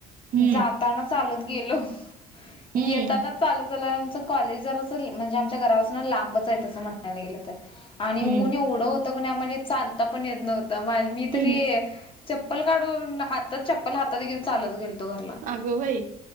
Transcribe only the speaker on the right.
हम्म
हम्म
हम्म
हम्म.
अगं बाई